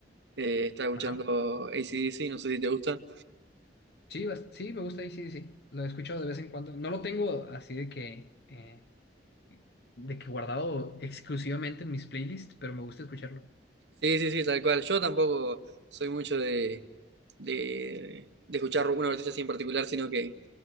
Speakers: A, on the right; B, on the left.
A: eh, estaba escuchando
B: Ajá.
A: AC/DC, no sé si te gusta.
B: Sí, bas- sí, me gusta y sí, sí. sí. Lo he escuchado de vez en cuando. No lo tengo así de que, eh, de que guardado exclusivamente en mis playlists, pero me gusta escucharlo.
A: Sí, sí, sí, tal cual. Yo tampoco soy mucho de, de, de escuchar una artista así en particular, sino que